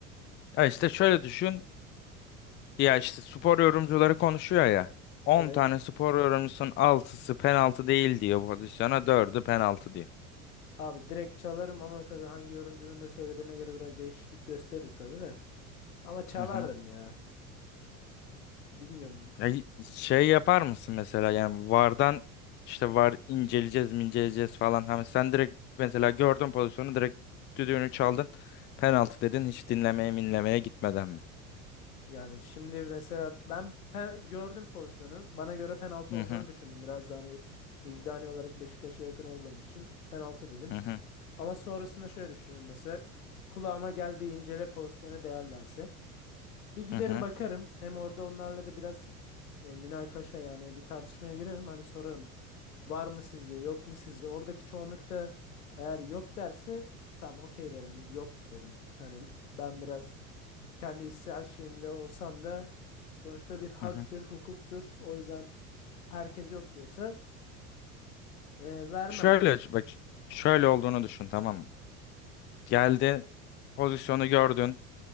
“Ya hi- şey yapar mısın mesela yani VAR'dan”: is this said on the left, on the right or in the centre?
Left